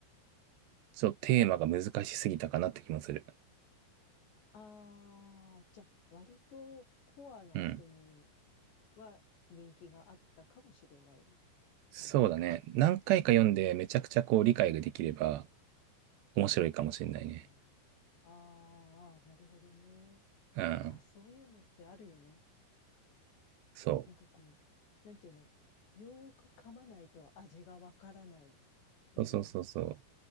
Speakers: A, on the right (about 80°); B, on the left (about 90°).
A: ちょっとテーマが難しすぎたかなって気もする。
B: ああ、じゃあ、割とコアな人に
A: うん。
B: は人気があったかもしれない
A: そうだね。
B: 感じ。
A: 何回か読んでめちゃくちゃこう理解ができれば、面白いかもしれないね。
B: ああ、あーあー、なるほどね。
A: うん。
B: ああ、そういうのってあるよね。
A: そ
B: なんかこう、なんていうの、よーく噛まないと味がわからない的な。
A: う。そうそうそうそう。